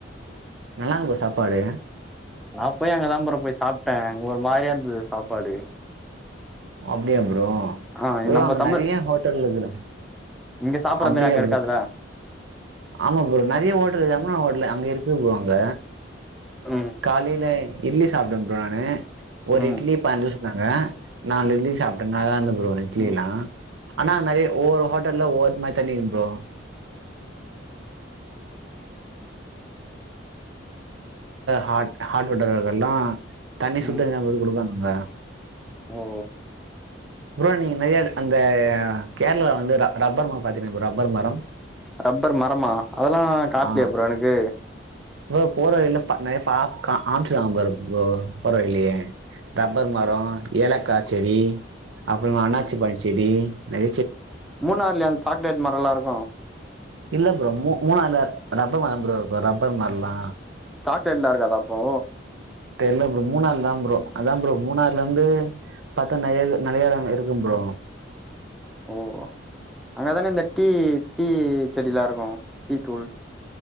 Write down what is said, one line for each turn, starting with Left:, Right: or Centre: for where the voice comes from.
Right: நல்லா இருக்கும் ப்ரோ சாப்பாடு
Centre: நான் போய் அங்கதான் ப்ரோ போய் சாப்ட்டேன்ஒரு மாரியா இருந்தது சாப்பாடு
Right: ஆம் அப்படியா புரோ
Centre: ஆ
Right: ப்ரோ
Centre: நம்ம
Right: அங்க
Centre: தமிழ்
Right: நிறைய ஹோட்டல் இருக்குது
Centre: இங்க சாப்புட்ற
Right: அப்படியா
Centre: மாரி அங்க இருக்காதுடா
Right: புரோ ஆமா ப்ரோம் நிறைய ஓட்டல் <unintelligible> ஓட்டல் அங்க இருக்கு ப்ரோம் அங்க
Centre: ம்
Right: காலையில இட்லி சாப்ட்டேன் ப்ரோ நானு ஒரு
Centre: ம்
Right: இட்லி பாஞ்சி ரூ சொன்னாங்க நாலு
Centre: ம்
Right: இட்லி சாப்ட்டேன் நாதான் இருந்து ப்ரோ அந்தஇட்லி
Centre: ம்
Right: எல்லாம் ஆனா நிறைய ஒவ்வொரு ஹோட்டல்ல ஒவ்வொருத்த மாதிரி தண்ணி கும் ப்ரோ ஹாட் ஹாட் வாட்டர்ரால்லாம் தண்ணி சுத்தண்ணித்தான்
Centre: ம்
Right: கொடுக்கங்க ஆ
Centre: ஓ
Right: ப்ரோ நிறைய அந்த கேரளால வந்து ரப்பர் மரம் பாத்தீங்க ரப்பர் மரம்
Centre: ரப்பர் மரமா அதெல்லா காட்லயா
Right: ஆ
Centre: ப்ரோ எனக்கு
Right: ப்ரோ போற வழில <unintelligible> <unintelligible> ப்ரோ போற வழிலையே ரப்பர் மரம் ஏலக்காய் செடி அப்புர அண்ணாச்சிப்பழச்செ செடி ந
Centre: மூணாறுலய அந்த சாக்லேட் மரம் லா இருக்கும்
Right: இல்ல ப்ரோ மூ மூணு நாள்ல ரப்பர் மரம் ப்ரோம் ரப்பர் மரலாம்
Centre: சாக்லேட் லாம் இருக்காதா அப்போ
Right: தெரியல ப்ரோம் மூணாார்ல தான் ப்ரோம் அதா ப்ரோம் மூணாறுல இருந்து பார்த்தா நிறைய நிறை யடம் இருக்கு ப்ரோ
Centre: ஓ அங்கதானே இந்த டீ டீ செடிலாம் இருக்கும் டீ தூள்